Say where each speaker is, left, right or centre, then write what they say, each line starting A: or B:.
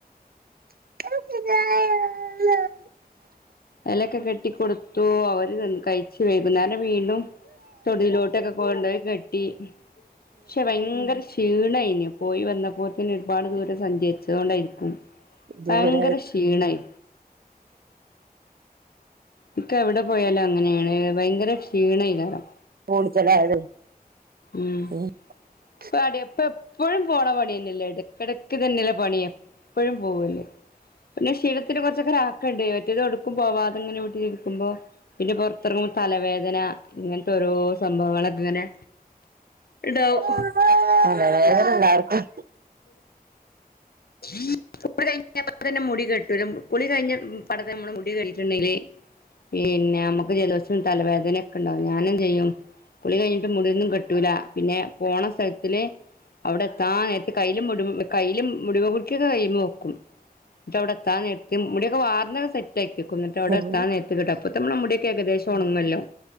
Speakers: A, on the right (about 70°); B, on the left (about 75°).
A: <unintelligible>
B: എലൊക്കെ കെട്ടിക്കൊടുത്തു അവര് കഴിച്ച് വൈകുന്നേര വീണ്ടും തൊടിയിലോട്ടൊക്കെ കൊണ്ടോയി കെട്ടി പക്ഷെ ഭയങ്കര ക്ഷീണായിന് പോയി വന്നപ്പോത്തിന് ഒരുപാട് ദൂരെം സഞ്ചരിച്ചതോണ്ടായിരിക്കും
A: ദൂര
B: ഭയങ്കര ക്ഷീണായി ഇക്ക് എവിടെ പോയാലും അങ്ങനെയാണ് ഭയങ്കര ക്ഷീണയ്ക്കാരം
A: ഫോണ ചലത
B: ഉം
A: <unintelligible>
B: ഇപ്പ അടിപ്പ എപ്പോഴും പോണ പണിയന്നെല്ലേത് ഇടക്കിടക്ക്തന്നെല്ല പണി എപ്പഴും പോവല്ലേ പിന്നെ ക്ഷീണത്തിന് കു റച്ചൊക്കൊരു ആക്കണ്ട് മറ്റേത് എവടുക്കും പോവാതെങ്ങനെ വീട്ടിലിരിക്കുമ്പോ പിന്നെ പുറത്തിറങ്ങ്മ്പോ തലവേദന ഇങ്ങനത്തെ ഓരോ സംഭവങ്ങളൊക്കെ ഇങ്ങനെ ഇണ്ടാവും
A: ആ തലവേദന എല്ലാർക്കും
B: കീക കുളി കഴിഞ്ഞപ്പ തന്നെ മുടി കെട്ടൂലെ കുളി കഴിഞ്ഞ പാടന്നേ നമ്മള് മുടി കെട്ടിട്ടുണ്ടെങ്കിൽ പിന്നെ നമ്മക്ക് ജലദോഷം തലവേദനൊക്കെ ഉണ്ടാവും ഞാനും ചെയ്യും കുളി കഴിഞ്ഞിട്ട് മുടിയൊന്നും കെട്ടൂല പിന്നെ പോണ സ്ഥലത്തില് അവിടെ ത്താനേരത്ത് കയ്യിലും മുടി കയ്യില് മുടിമ കുത്തിക്യൊക്കെ കൈയിമ്മെ വെക്കും ന്നിട്ട് അവിടെ എത്താൻ നേരത്താ വാർനൊക്കെ സെറ്റ് ആക്കിക്കും ഇന്നിട്ട് അവിടെ
A: ഉം
B: എത്താ നേരത്ത് കെട്ടും തപ്പോ നമ്മൾ മുടിയൊക്ക ഏകദേശം ഒണങ്ങല്ലോ